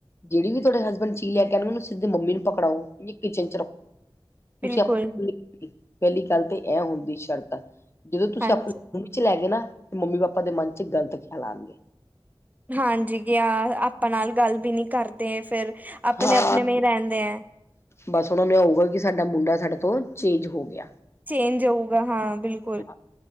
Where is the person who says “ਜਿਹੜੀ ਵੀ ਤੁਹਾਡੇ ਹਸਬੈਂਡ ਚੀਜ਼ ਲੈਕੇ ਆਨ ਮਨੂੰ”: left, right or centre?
Left